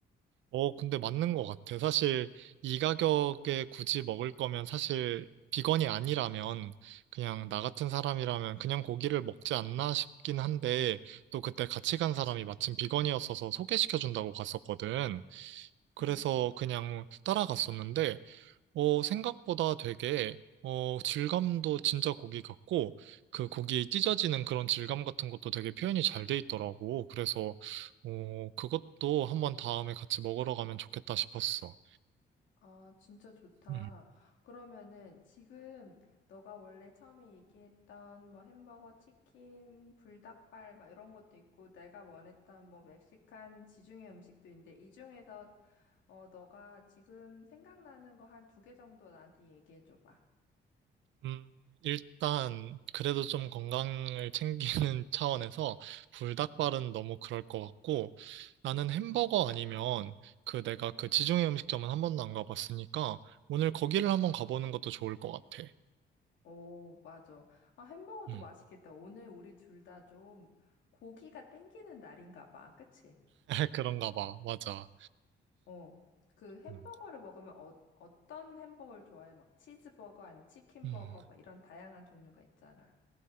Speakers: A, on the right; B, on the left.
A: 어, 근데 맞는 것 같아. 사실 이 가격에 굳이 먹을 거면 사실 비건이 아니라면 그냥 나 같은 사람이라면 그냥 고기를 먹지 않나 싶긴 한데 또 그때 같이 간 사람이 마침 비건이었어서 소개시켜 준다고 갔었거든. 그래서
B: 음.
A: 그냥 따라갔었는데 어, 생각보다 되게, 어, 질감도 진짜 고기 같고, 그 고기 찢어지는 그런 질감 같은 것도 되게 표현이 잘 돼 있더라고. 그래서, 어, 그것도 한번 다음에 같이 먹으러 가면 좋겠다 싶었어.
B: 아, 진짜 좋다.
A: 음.
B: 그러면은 지금 너가 원래 처음에 얘기했던 뭐 햄버거, 치킨, 불닭발 막 이런 것도 있고 내가 원했던 뭐 멕시칸 지중해 음식도 있는데 이 중에서 어 너가 지금 생각나는 거 한 두 개 정도 나한테 얘기해 줘 봐.
A: 음, 일단, 그래도 좀 건강을 챙기는 <laughs> 차원에서 불닭발은 너무 그럴 것 같고, 나는 햄버거 아니면 그 내가 그 지중해 음식점은 한 번도 안 가봤으니까, 오늘 거기를 한번 가보는 것도 좋을 것 같아.
B: 오, 맞아. 아, 햄버거도
A: 음.
B: 맛있겠다. 오늘 우리 둘 다 좀 고기가 땡기는 날인가 봐. 그치?
A: <laughs> 그런가 봐. 맞아.
B: 어, 그 햄버거를
A: 음.
B: 먹으면 어, 어떤 햄버거를 좋아해? 막 치즈버거 아니면 치킨버거
A: 음.
B: 막 이런 다양한 종류가 있잖아.